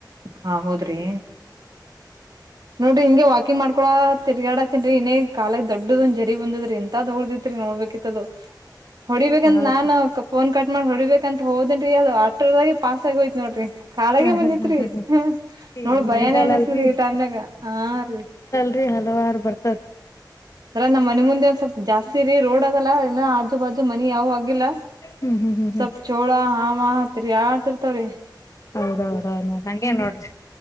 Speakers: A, on the right; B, on the left.
A: ಹಾ ಹೌದ್ರಿ. ನೋಡ್ರಿಂಗೆ ವಾಕಂಗ ಮಾಡಕೊಳಾ ತಿರ್ಗಾಡಾ ತಿನ್್ರಿ ಇನೇ ಕಾಲ ದೊಡ್ಡ್ ಒಂದ ಜರಿ ಬಂದದ್ರಿ ಎಂತ ದೋಡ್ದಿತ್ರಿ. ನೋಡ್ಬೇಕಿತ್ತದು. ಹೊಡಿಬೇಕಂದ
B: ಹೌದ್ರಿ
A: ನಾನ್ ಫೋನ್ ಕಟ್ ಮಾಡಿ ಹೊಡಿಬೇಕಂತ ಹೋದೇನ್ೀ ಅದು ಆಟ್ರದಾಗಿ ಪಸ್ ಆಗೋಯ್ತ್ ನೋಡ್ರಿ. ಶಾಳೆಗೆ
B: ಹಾ
A: ಬಂದಿತ್ರಿ
B: ಹಾ ಹಾ ಹಾ ಹಾ ಈಗ
A: ನೋಡ್ ಭಯಾನೇ
B: ಮಳಿಗಾಲ
A: ಅನಸರಿ
B: ಅಲ್ರಿ
A: ಈ ಟಮ್ನಾಗ ಹಾ ರೀ.
B: ಅ ಹಲವಾರು ಬರ್ತವ್ರೀ.
A: ಅರ ನಮ್ಮ್ ಮನೆ ಮುಂದೆ ಒಂದ್ ಸ್ವಲ್ಪ ಜಾಸ್ತಿ ಇ ರೀ ರೋಡ್ ಅದಲ್ಲ. ಇಲ್ಲ ಆಜು ಬಾಜು ಮನಿ ಯಾವ ಆಗಿಲ್ಲ
B: ಹ್ಮ್ ಹ್ಮ್ ಹ್ಮ್ ಹ್ಮ್
A: ಸ್ವಪ್ ಚೋಳ ಹ. ರಿ ಯಾರತಿರ್ತಾವ್ರೀ.
B: ಹೌದೌದೌದ್ ನ ಹೇನ್ ನೋಡ್ರಿ